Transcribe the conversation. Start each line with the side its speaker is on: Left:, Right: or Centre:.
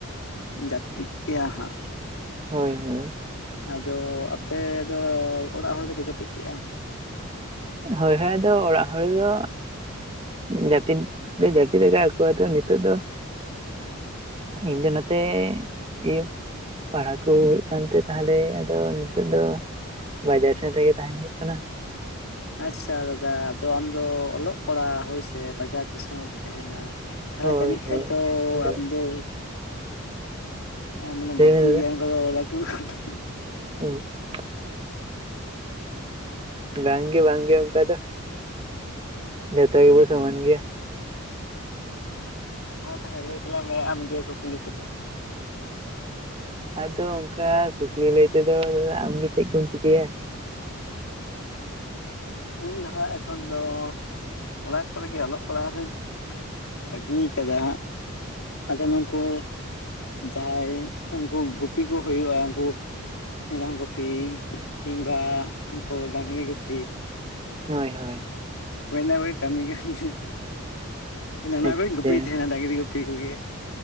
Left: ᱡᱟᱹᱯᱤᱫ ᱠᱮᱜ-ᱟ ᱦᱟᱸᱜ
Right: ᱦᱚᱭ-ᱦᱚᱭ
Left: ᱟᱫᱚ ᱟᱯᱮᱫ ᱫᱚ ᱚᱲᱟᱜ ᱦᱚᱲ ᱫᱚᱠᱚ ᱡᱟᱹᱯᱤᱫ ᱠᱮᱫᱼᱟ?
Right: ᱦᱚᱭ-ᱦᱚᱭ ᱟᱫᱚ ᱚᱲᱟᱜ ᱦᱚᱲᱫᱚ ᱡᱟᱹᱯᱤᱫ, ᱡᱟᱹᱯᱤᱫ ᱟᱠᱟᱜ ᱟᱠᱚ ᱟᱫᱚ ᱱᱤᱛᱚᱜ ᱫᱚ ᱤᱧ ᱫᱚ ᱱᱚᱛᱮ ᱤᱭᱟᱹ ᱯᱟᱲᱦᱟᱣ ᱠᱚ ᱦᱩᱭᱩᱜ ᱠᱟᱱᱛᱮ ᱛᱟᱦᱚᱞᱮ ᱟᱫᱚ ᱱᱤᱛᱚᱜ ᱫᱚ ᱵᱟᱡᱟᱨ ᱥᱮᱱ ᱨᱮᱜᱮ ᱛᱟᱦᱮᱱ ᱦᱩᱭᱩᱜ ᱠᱟᱱᱟ᱾
Left: ᱟᱪᱷᱟ ᱫᱟᱫᱟ ᱟᱫᱚ ᱟᱢᱫᱚ ᱚᱞᱚᱜ ᱠᱚᱲᱟ ᱦᱚᱭᱥᱮ ᱵᱟᱡᱟᱨ ᱫᱤᱥᱚᱢᱮ ᱨᱮᱢ ᱛᱟᱦᱮᱱᱟ ᱛᱟᱦᱚᱞᱮ
Right: ᱦᱳᱭ
Left: ᱡᱟᱹᱱᱤᱡ
Right: ᱦᱳᱭ
Left: ᱠᱷᱟᱱᱡ ᱫᱚ
Right: ᱟᱫᱚ
Left: ᱟᱢᱫᱚ ᱦᱮᱸ ᱢᱟᱱᱮ
Right: ᱞᱟᱹᱭ
Left: ᱵᱩᱫᱽᱫᱷᱤ
Right: ᱢᱮ ᱫᱟᱫᱟ
Left: ᱜᱮᱭᱟ ᱠᱚ ᱫᱚ ᱞᱟᱴᱷᱩ ᱞᱟᱴᱷᱩ ᱾
Right: <unintelligible> ᱵᱟᱝᱜᱮ-ᱵᱟᱝᱜᱮ ᱚᱱᱠᱟ ᱫᱚ ᱡᱚᱛᱚ ᱜᱮᱵᱚ ᱥᱚᱢᱟᱱ ᱜᱮᱭᱟ
Left: ᱢᱟ ᱛᱟᱦᱚᱞᱮ ᱞᱟᱹᱭ ᱛᱟᱞᱟᱝ ᱢᱮ ᱟᱢ ᱜᱮ ᱠᱩᱠᱞᱤ ᱠᱚᱫᱚ
Right: ᱟᱫᱚ ᱚᱱᱠᱟ ᱠᱩᱠᱞᱤ ᱞᱟᱹᱭ ᱛᱮᱫᱚ ᱫᱟᱫᱟ ᱟᱢ ᱜᱮ ᱪᱮᱫ ᱠᱚᱢ ᱪᱤᱠᱟᱹᱭᱟ
Left: ᱤᱧ ᱫᱚ ᱦᱟᱸᱜ ᱮᱠᱷᱚᱱ ᱫᱚ ᱚᱲᱟᱜ ᱠᱚᱨᱮ ᱜᱮ ᱚᱞᱚᱜ ᱯᱟᱲᱦᱟᱣᱚᱜ ᱨᱮ ᱵᱟᱹᱜᱤ ᱠᱟᱫᱟ ᱦᱟᱸᱜ ᱟᱫᱚ ᱱᱩᱠᱩ ᱡᱟᱦᱟᱸᱭ ᱩᱱᱠᱩ ᱜᱩᱯᱤ ᱠᱚ ᱦᱩᱭᱩᱜᱼᱟ᱾ ᱩᱱᱠᱩ ᱢᱮᱨᱚᱢ ᱜᱩᱯᱤ ᱠᱤᱢᱵᱟ ᱩᱱᱠᱩ ᱰᱟᱹᱝᱨᱤ ᱜᱩᱯᱤ
Right: ᱦᱚᱭ-ᱦᱚᱭ
Left: ᱦᱚᱭ ᱚᱱᱟ ᱠᱚᱜᱮ ᱠᱟᱹᱢᱤ, ᱠᱟᱹᱢᱤ ᱚᱱᱟ
Right: ᱟᱪᱪᱷᱟ
Left: ᱠᱚᱧ ᱜᱩᱯᱤᱭ ᱛᱟᱦᱮᱱᱟ ᱰᱟᱹᱝᱨᱤ ᱜᱩᱯᱤ ᱠᱚᱜᱮ